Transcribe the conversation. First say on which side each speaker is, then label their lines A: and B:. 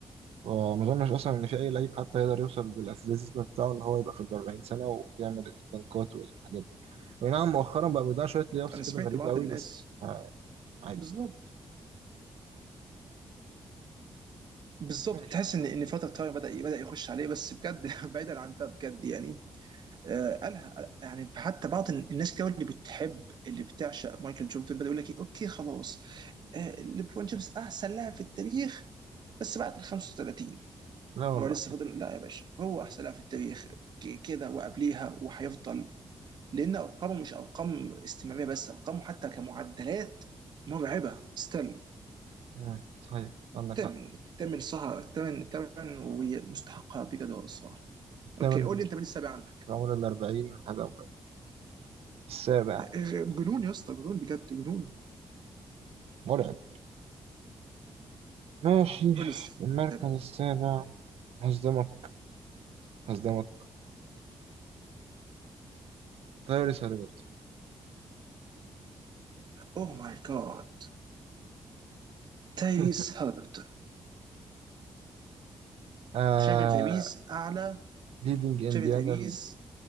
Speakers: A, on the right (about 85°); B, on the right (about 45°).
A: وما أظنش أصلا إن في أي لعيب حتى يقدر يوصل بالأثليتيزم بتاعه إن هو يبقى في الأربعين سنة وبيعمل الدنكات والحاجات دي وي نعم مؤخرا بقى بيضيع شوية ليابس
B: انا
A: كده
B: سمعت
A: غريبة
B: بعض
A: قوي
B: الناس
A: بس آه، عادي
B: بالظبط بالظبط
A: ماشي
B: تحس ان ان فتره تايم بدا بدا يخش عليه بس بجد <laughs> بعيدا عن ده بجد يعني آه قالها يعني حتى بعض الناس كده اللي بتحب اللي بتعشق مايكل جوردن بدا يقول لك إيه، اوكي خلاص آه ليبرون جيمس احسن لاعب في التاريخ بس بعد ال 35
A: لا والله
B: ان هو لسه فضل لا يا باشا هو احسن لاعب في التاريخ ك- كده وقبليها وهيفضل لان ارقامه مش ارقام استمراريه بس ارقامه حتى كمعدلات مرعبه ستيل
A: مم. صحيح عندك
B: تمن
A: حق
B: تمن صح تمن تمن ومستحقها بجد هو الصراحه
A: الثامن
B: اوكي قول لي انت مين السابع عندك
A: عمر الأربعين حاجة مرعبة السابع
B: ما- إيه، جنون يا اسطى جنون بجد جنون
A: مرعب ماشي
B: قول لي السابع
A: المركز السابع هصدمك هصدمك تايريس هاليبرتون
B: اوه ماي جاد تايريس
A: <laughs>
B: هالبرتون
A: آه
B: شايف إن تايريس اعلى
A: ليدنج انديانا
B: شايف إن تايريس